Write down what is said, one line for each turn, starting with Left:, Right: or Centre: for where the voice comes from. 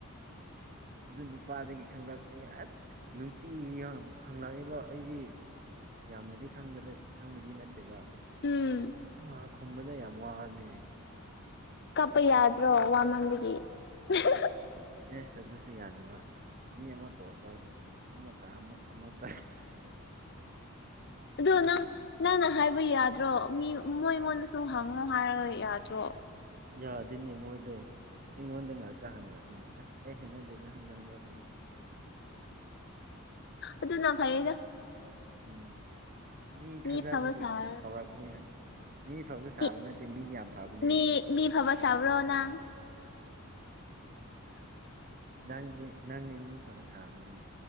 Right: ꯑꯗꯨ ꯅꯨꯄꯥꯗꯨꯒꯤ ꯈꯪꯅꯞꯅꯦ ꯑꯁ ꯅꯨꯡꯇꯤꯒꯤ ꯍꯪ ꯍꯪꯂꯛꯂꯦꯕ ꯑꯩꯗꯤ ꯌꯥꯝꯅꯗꯤ ꯈꯪꯕꯗ ꯈꯪꯕꯗꯤ ꯅꯠ ꯇꯦꯕ
Left: ꯎꯝ
Right: ꯑꯗꯨ ꯃꯥ ꯈꯨꯝꯕꯗ ꯌꯥꯝ ꯋꯥꯕꯅꯤꯅꯦ
Left: ꯀꯞꯄ ꯌꯥꯗ꯭ꯔꯣ ꯋꯥꯃꯟꯕꯒꯤ ꯏꯍꯤꯍ
Right: ꯑꯦꯁ ꯑꯗꯨꯁꯨ ꯌꯥꯗꯕ ꯃꯤ ꯑꯃ ꯀꯣꯜ ꯇꯧꯔꯦ ꯑꯃꯣꯛꯀꯥ ꯑꯃꯨꯛ ꯇꯩꯁꯁꯁ
Left: ꯑ ꯅꯪ ꯅꯪꯅ ꯍꯥꯏꯕ ꯌꯥꯗ꯭ꯔꯣ ꯃꯤ ꯃꯣꯏꯉꯣꯟꯗꯁꯨ ꯍꯪꯉꯣ ꯍꯥꯏꯔꯒ ꯌꯥꯗ꯭ꯔꯣ
Right: ꯌꯥꯗꯣꯏꯅꯦ ꯃꯣꯏꯗꯣ ꯑꯩꯉꯣꯟꯗ ꯉꯥꯛꯇ ꯍꯪꯉꯛꯅꯤ ꯑꯁ ꯑꯩ ꯍꯦꯟꯅꯗꯦꯗ ꯍꯟ ꯉꯛ ꯃꯔꯛꯁꯤꯗꯤ
Left: ꯑꯗꯨꯅ ꯐꯩꯌꯦꯗ
Right: ꯎꯝ ꯃꯤ ꯊꯥꯖꯕꯒꯤ
Left: ꯑꯐꯕ ꯁꯥꯔꯒ
Right: ꯇꯧꯔꯛꯄ ꯃꯤ ꯐꯕ ꯁꯥꯕ
Left: ꯃꯤ
Right: ꯅꯠꯇꯦ ꯃꯤ ꯌꯥꯝ ꯐꯕꯅꯦ
Left: ꯃꯤ
Right: ꯑꯩꯗꯤ
Left: ꯃꯤ ꯐꯕ ꯁꯥꯕ꯭ꯔꯣ ꯅꯪ
Right: ꯅꯪꯅꯦ ꯅꯪꯅꯦ ꯃꯤ ꯐꯕ ꯁꯥꯕꯗꯤ